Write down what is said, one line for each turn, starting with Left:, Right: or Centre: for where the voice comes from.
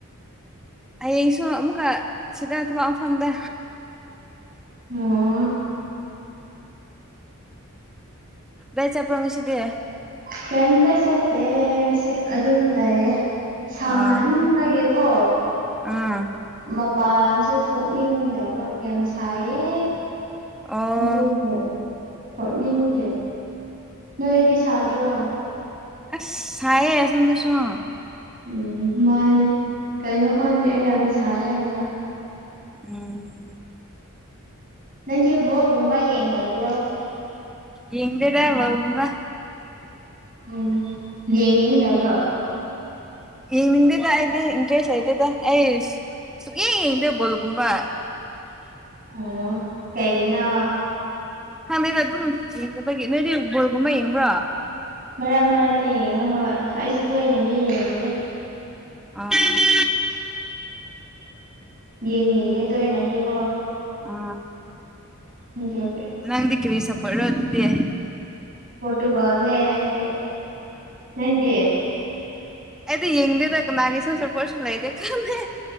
Centre: ꯍꯌꯦꯡꯁꯨ ꯑꯃꯨꯛꯀ ꯁꯤꯗ ꯊꯕꯛ ꯃꯐꯝꯗ
Right: ꯑꯣ
Centre: ꯕ‌‌ꯦꯠ ꯆꯠꯄ ꯉꯁꯤꯗꯤ
Right: ꯀꯌꯨꯝꯇ ꯁꯇꯦ ꯑꯗꯨꯝ ꯂꯩꯌꯦ ꯁꯥꯃꯟꯕꯒꯤꯀꯣ
Centre: ꯑꯥ ꯑꯥ
Right: ꯃꯄꯥꯟꯁꯨ ꯊꯣꯛꯅꯤꯡꯗꯕ ꯌꯥꯝ ꯁꯥꯏꯌꯦ
Centre: ꯑꯣ
Right: ꯅꯦ ꯊꯣꯛꯅꯤꯡꯗꯦ ꯅꯣꯏꯗꯤ ꯁꯥꯗ꯭ꯔꯣ
Centre: ꯑꯁ ꯆꯥꯏꯌꯦ ꯆꯗꯁ
Right: ꯎꯝ ꯃꯥꯅꯦ ꯀꯩꯅꯣ ꯈꯥꯟꯗꯤ ꯑꯩ ꯌꯥꯝ ꯁꯥꯏ ꯍꯟꯗꯛ
Centre: ꯎꯝ
Right: ꯅꯪꯗꯤ ꯕꫭꯜꯒꯨꯝꯕ ꯌꯦꯡꯗꯕ꯭ꯔꯣ
Centre: ꯌꯦꯡꯗ‌ꯦꯗ ꯃꯃ
Right: ꯎꯝ ꯌꯦꯡꯅꯤꯡꯗꯕ꯭ꯔꯣ
Centre: ꯌꯦ ꯍꯗꯗ ꯍꯥꯏꯗꯦ ꯏ ꯀꯦꯁ ꯑꯇꯗ ꯑꯦꯁ ꯁꯨꯛꯌ‌ꯦꯡ ꯌ‌ꯦꯡꯗ‌ꯦ ꯕꫭꯜ ꯒꯨꯝꯕ
Right: ꯑꯣ ꯀꯩꯒꯤꯅ
Centre: ꯈꯪꯗꯦꯗ ꯑꯗꯨꯝ ꯌꯦꯡꯗꯕꯒꯤ ꯅꯣꯏꯗꯤ ꯕꯜꯒꯨꯝꯕ ꯌꯦꯡꯕ꯭ꯔꯣ
Right: ꯃꯔꯛ ꯃꯔꯛꯇ ꯌꯦꯡꯉꯦ ꯍꯣꯏ ꯑꯩꯁꯨ ꯇꯣꯏꯅꯗꯤ ꯌꯦꯡꯉꯨꯁ
Centre: ꯑ
Right: ꯌꯦꯡꯅꯤꯡꯗꯦ ꯇꯣꯏꯅꯗꯦꯕꯣ
Centre: ꯑ
Right: ꯑꯗꯨꯒꯤ
Centre: ꯅꯪꯗꯤ ꯀꯔꯤ ꯁꯄꯣꯠ ꯑꯣꯗꯦ
Right: ꯄꯣꯔꯇꯨꯒꯜꯅꯦ ꯍꯥꯏꯗꯤꯦ ꯅꯪꯗꯤꯦ
Centre: ꯑꯗꯤ ꯌꯦꯡꯗꯦ ꯇꯀ ꯃꯥꯒꯤ ꯁꯝ ꯁꯄꯣꯁꯟ ꯂꯥꯏꯗ ꯈꯅꯦ